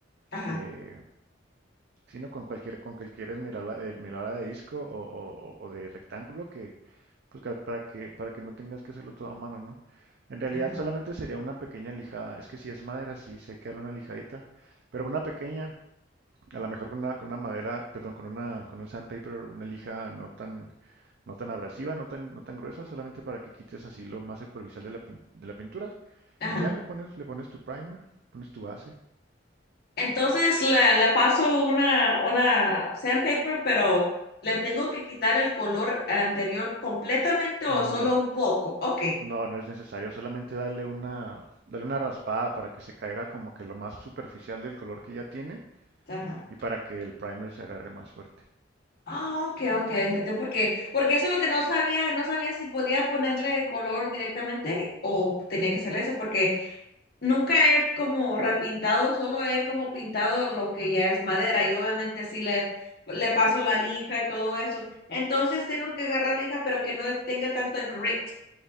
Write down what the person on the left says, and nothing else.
Ajá,
ajá,
ajá.
Entonces la, la paso una, una sandpaper, pero le tengo que quitar el color anterior completamente o
solo un poco. Ok,
ajá.
Ah, ok, ok, entendí. Porque, porque eso es lo que no sabía, no sabía si podía ponerle el color directamente o tenía que hacerle eso, porque Nunca he como repintado, solo he como pintado lo que ya es madera y obviamente sí le, le paso la lija y todo eso. Entonces tengo que agarrar lija, pero que no tenga tanta grit.